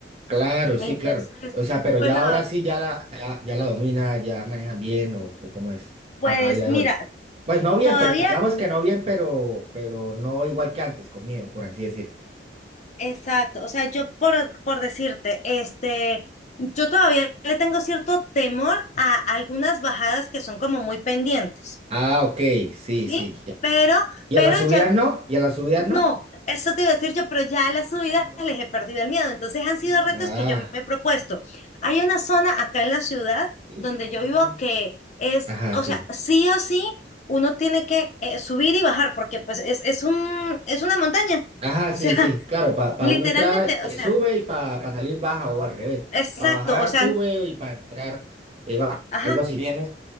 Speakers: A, on the right; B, on the left.
A: Claro, sí,
B: Entonces,
A: claro. O sea, pero
B: pues,
A: ya
B: lo-
A: ahora sí, ya la, ya, ya la domina, ya manejan bien o, o cómo es
B: pues
A: a, a día de
B: mira,
A: hoy. Pues no bien,
B: todavía,
A: pero digamos que no bien, pero, pero no igual que antes, con miedo, por así decirlo.
B: exacto, o sea, yo por, por decirte, este... Yo todavía le tengo cierto temor a algunas bajadas que son como muy pendientes.
A: Ah, ok, sí,
B: Sí,
A: sí. ya.
B: pero,
A: ¿Y
B: pero
A: a las subidas
B: ya,
A: no? ¿Y a las subidas
B: no,
A: no?
B: eso te iba a decir yo, pero ya a las subidas
A: Ah, no,
B: les he perdido el miedo. Entonces han sido
A: no.
B: retos
A: Ah,
B: que yo me he propuesto. Hay una zona acá en la ciudad
A: Sí,
B: donde yo
A: no.
B: vivo que es,
A: ajá,
B: o
A: sí.
B: sea, sí o sí, uno tiene que eh, subir y bajar porque pues es, es un, es una montaña. O
A: Ajá, sí,
B: sea, <laughs>
A: sí, claro, para
B: literalmente,
A: uno Bueno, entrar eh,
B: o sea,
A: sube y para correcto. salir baja o al revés.
B: exacto,
A: Para bajar
B: o sea,
A: sube y para entrar eh, baja,
B: ajá.
A: algo así. Viene